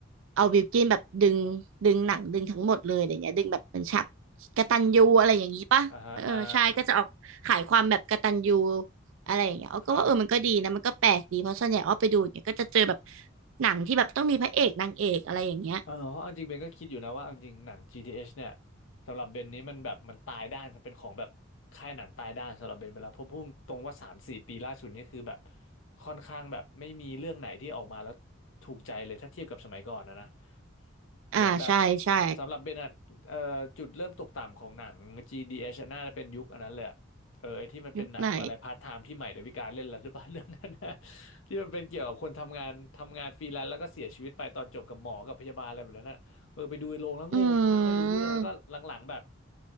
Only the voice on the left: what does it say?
อ่าฮะอ่า
ครับ
เออเพราะเอาจริงเบนก็คิดอยู่นะว่าเอาจริงหนัง GTH เอชเนี่ยสำหรับเบนนี้มันแบบมันตายด้านจะเป็นของแบบค่ายหนังตายด้านสำหรับเบนไปแล้วเพราะพุ่งตรงว่าสามสี่ปีล่าสุดนี่คือแบบค่อนข้างแบบไม่มีเรื่องไหนที่ออกมาแล้วถูกใจเลยถ้าเทียบกับสมัยก่อนนะนะเหมือนแบบ
สำหรับเบนอะเอ่อจุดเริ่มตกต่ำของหนัง GDH อชอะน่าจะเป็นยุคอันนั้นเลย เออไอ้ที่มันเป็นหนังอะไรพาร์ทไทม์ที่ใหม่ดาวิกาเล่นแล้วหรือเปล่า
<laughs> เรื่องนั้นนะที่มันเป็นเกี่ยวกับคนทำงานทำงานฟรีแลนซ์แล้วก็เสียชีวิตไปตอนจบกับหมอกับพยาบาลอะไรแบบนั้นอ่ะเออไปดูในโรงแล้วงงไม่ค่อยรู้เรื่องแล้วก็หลังๆแบบ